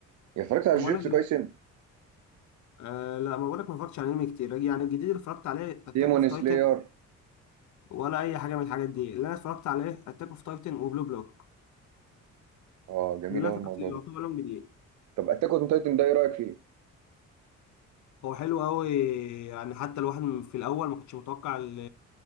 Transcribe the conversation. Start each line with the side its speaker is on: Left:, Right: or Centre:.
Right: يا اتفرجت على
Left: هو
Right: جوجيتسو
Left: أنا
Right: كايسن
Left: أه لا ما بقولك ما اتفرجتش على انمي كتير يعني الجديد اللي اتفرجت عليه اتاك
Right: ديمون
Left: اوف تايتن
Right: سلاير
Left: ولا اي حاجه من الحاجات دي اللي انا اتفرجت عليه اتاك اوف تايتن وبلو بلوك
Right: اه جميل
Left: دول انا
Right: قوي
Left: اتفرجت
Right: الموضوع
Left: اللي
Right: ده
Left: يعتبر لهم جديد
Right: طب اتاك اون تايتن ده ايه رايك فيه
Left: هو حلو قوي يعني حتى الواحد في الاول ما كنتش متوقع ال-